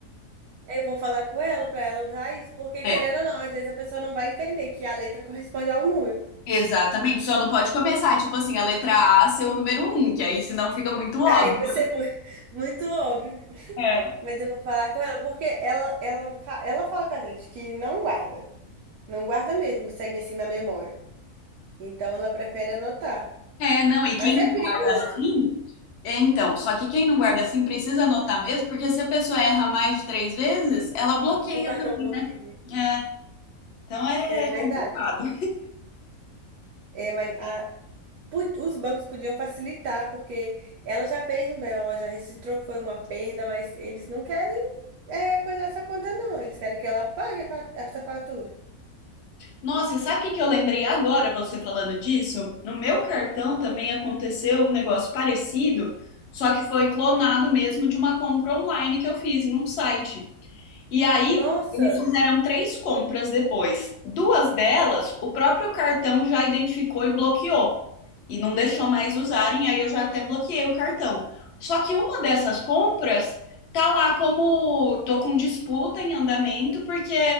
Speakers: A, on the right; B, on the left.
A: Eu vou falar com ela pra ela usar isso, porque
B: É,
A: querendo ou não, às vezes a pessoa não vai entender que a letra corresponde ao número.
B: exatamente. Só não pode começar, tipo assim, a letra A ser o número um, que aí senão fica muito óbvio.
A: Aí vai ser mu- <laughs> muito, óbvio,
B: É.
A: mas eu vou falar com ela, porque ela, ela, fa- ela fala com a gente que não guarda, não guarda mesmo, sem assim na memória. Então ela prefere anotar.
B: É, não, e
A: Mas
B: quem
A: é
B: não
A: perigoso,
B: guarda assim. É, então, só que quem não guarda assim precisa anotar mesmo, porque se a pessoa erra mais de três vezes, ela bloqueia
A: o cartão
B: também,
A: bloqueio,
B: né? É, então é
A: É verdade.
B: complicado.
A: É, mas a- pu- os bancos podiam facilitar, porque ela já fez um BO, já registrou que foi uma perda, mas eles não querem é, coisar essa conta, não. Eles querem que ela pague a fa- essa fatura.
B: Nossa, e sabe o que que eu lembrei agora, você falando disso? No meu cartão também aconteceu um negócio parecido, só que foi clonado mesmo de uma compra online que eu fiz em um site. E aí,
A: Nossa,
B: eles fizeram três compras depois. Duas delas, o próprio cartão já identificou e bloqueou e não deixou mais usarem, aí eu já até bloqueei o cartão. Só que uma dessas compras tá lá como tô com disputa em andamento porque